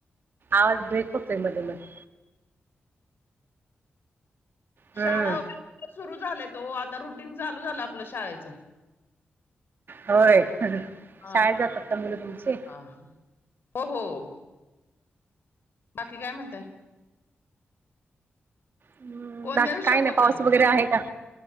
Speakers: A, on the right; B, on the left.
A: आवाज ब्रेक होतोय मध्ये मध्ये हम्म
B: शाळा सुरू झाल्यात ओ आता रुटीन चालू झालं आपलं शाळेचं
A: होय.
B: हा
A: शाळेत जातात का मुलं तुमची?
B: हा. हो हो बाकी काय म्हणताय?
A: हम्म
B: कोणत्या
A: बाकी
B: विषयावर
A: काय नाही.
B: बोलणार
A: पाऊस वगैरे आहे का?